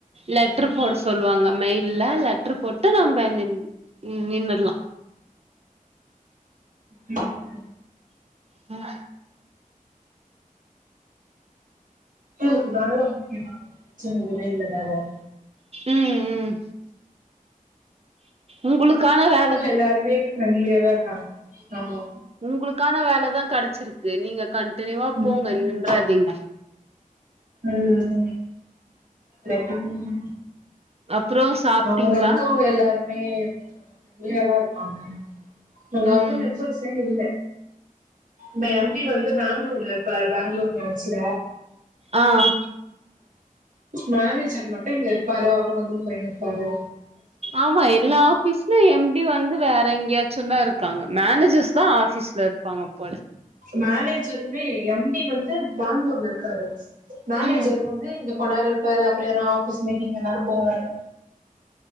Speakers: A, on the right (about 45°); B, on the right (about 65°).
A: லட் டர் போட சொல்லுவாங்க மெயில்ல லெட்டர் போட்டு நம்ப நின் நின்னர்லா
B: ம் ஓகே
A: ம்
B: எனக்கு வேல முக்கியோ பிரச்சனை எதுமே இல்ல வேல
A: ம் ம் உங்களுக்கான வே
B: க்குள்ள எல்லாருமே ஃப்ரெண்ட்லியாதா இருக்காங்க ஆமா
A: உங்களுக்கான வேலதா கடைச்சிருக்கு நீங்க கண்டினியூவா
B: ம்
A: போங்க நின்றாதீங்க
B: ம் ம் கட்டபொம்மன்
A: அப்றோ சாப்ட்டீங்ளா
B: அங்க இருக்கவுங்க எல்லாரும் பமே கொஞ்ச ப்ரண்டலியா தா இருப்பாங்க அங்க
A: ம்
B: அவ்ளோ மெம்பர்ஸே இல்ல இ எம்டி வந்து பெங்களூர்ல இருப்பாரு பெங்களூர் ப்ரான்ச்ல
A: ஆ ஆ
B: மேனேஜர் மட்டு இங்க இருப்பாரு அவரு வந்துன் போயின்ருப்பாரு
A: ஆமா எல்லா ஆஃபிஸ்லயு எம்டி வந்து வேற எங்கயாச் சொன்னா இருக்காங்க மேனேஜர்ஸ் தா ஆபீஸ்ல இருப்பாங்க போல
B: மேனேஜாருமே எம்டி வந்து பெங்களூர்ல இருக்காரு மேனேஜர்
A: ம்
B: வந்து இங்க கொஞ்ச நேரோ இருப்பாரு அப்பறோ எதுனா ஆபீஸ் மீட்டிங் எங்கயாது போவாரு